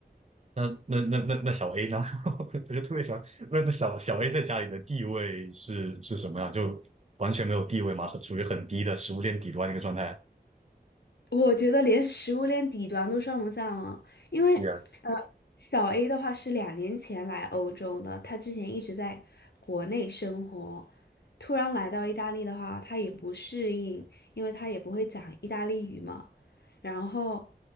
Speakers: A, on the right (about 40°); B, on the left (about 80°).
A: 那那那那那小 A 呢？<laughs> 我就特别想，那那小小 A 在家里的地位是是什么样？就完全没有地位嘛，很属于很低的食物链底端的一个状态。
B: 我觉得连食物链底端都算不上了，因为呃，
A: 是天，
B: 小 A 的话是两年前来欧洲的，他之前一直在国内生活，突然来到意大利的话，他也不适应，因为他也不会讲意大利语嘛。然后，